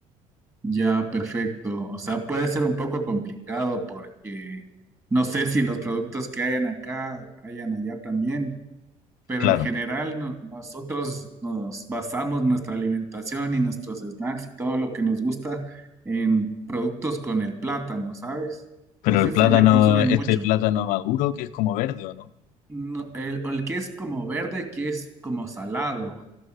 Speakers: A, on the right; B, on the left.
A: Ya, perfecto. O sea, puede ser un poco complicado porque no sé si los productos que hayan acá hayan allá también, pero
B: Claro,
A: en general no- nosotros nos basamos nuestra alimentación y nuestros snacks y todo lo que nos gusta en productos con el plátano, ¿sabes?
B: pero
A: No sé
B: el plátano,
A: si allá consumen
B: este
A: mucho.
B: plátano maduro que es como verde, ¿o no?
A: No, el, el que es como verde, que es como salado.